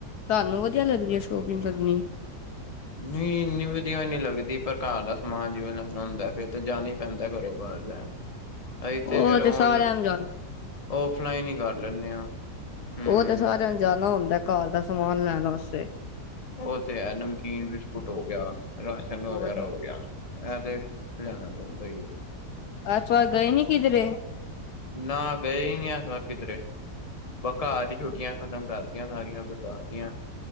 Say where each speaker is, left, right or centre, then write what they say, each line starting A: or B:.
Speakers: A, on the left; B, on the left.
A: ਤੁਹਾਨੂੰ ਵਧੀਆ ਲੱਗਦੀ ਹੈ, ਸ਼ੋਪਿੰਗ ਕਰਨੀ?
B: ਨਹੀਂ ਇੰਨੀ ਵਧੀਆ ਨੀ ਲੱਗਦੀ, ਪਰ ਘਰ ਦਾ ਸਮਾਨ ਜਿਵੇਂ ਲੈਣਾ ਹੁੰਦਾ, ਫੇਿਰ ਤਾਂ ਜਾਣਾ ਹੀ ਪੈਂਦਾ ਘਰੋਂ ਬਾਹਰ ਲੈਣ। ਇੱਥੇ
A: ਉਹ
B: ਫੇਿਰ
A: ਤੇ
B: ਆਉਣ
A: ਸਾਰਿਆਂ ਨੂੰ ਜਾਣ
B: ਔਫਲਾਈਨ ਹੀ ਕਰ ਲੈਂਦੇ ਹਾਂ, ਹਮ।
A: ਉਹ ਤੇ ਸਾਰਿਆਂ ਨੂੰ ਜਾਣਾ ਹੁੰਦਾ, ਘਰ ਦਾ ਸਮਾਨ ਲੈਣ ਵਾਸਤੇ।
B: ਉਹ ਤੇ ਹੈ, ਨਮਕੀਨ-ਬਿਸਕੁਟ ਹੋ ਗਿਆ, ਰਾਸ਼ਨ ਵਗੈਰਾ
A: ਹੋਰ
B: ਹੋ ਗਿਆ। ਐ ਤੇ, ਲਿਆਣਾ ਪੈਂਦਾ, ਸਹੀ ਏ।
A: ਐਸ ਵਾਰ ਗਏ ਨੀ ਕਿਧਰੇ?
B: ਨਾ ਗਏ ਹੀ ਨਹੀਂ, ਐਸ ਵਾਰ ਕਿਧਰੇ। ਬ ਕਾਰ ਹੀ ਛੁੱਟੀਆਂ ਖਤਮ ਕਰਦੀਆਂ, ਸਾਰੀਆਂ ਬਤਾ ਤਿਆਂ।